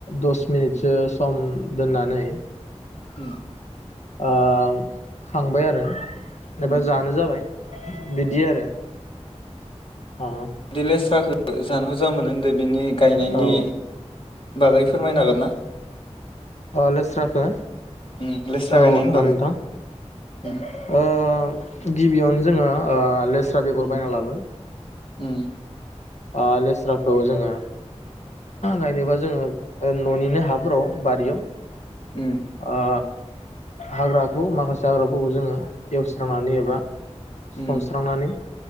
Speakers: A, on the left; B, on the left.
A: दस मिनिटसो सम दोननानै
B: उम।
A: ओ खांबाय आरो
B: उम
A: एबा जानो जाबाय बिदि आरो। अ
B: दि लेस्राखो जानो मोजां मोनो होनदो बिनि गायनायनि
A: औ
B: बागै फोरमायनो हागोन ना?
A: ओ लेस्राखो
B: उम लेस्रा
A: औ
B: गायनायनि
A: हागोन
B: बागै
A: नोंथां।
B: उम
A: ओ गिबियावनो जोङो ओ लेस्रा बेगर
B: उम
A: बायना लाबो
B: उम।
A: ओ लेस्राखौ जोङो गायनोबा जोङो ओ न'निनो हाफोराव बारियाव
B: उम
A: ओ हाग्राखौ माखासे हाग्राफोरखौ जोङो एवस्रांनानै एबा
B: उम
A: सनस्रांनानै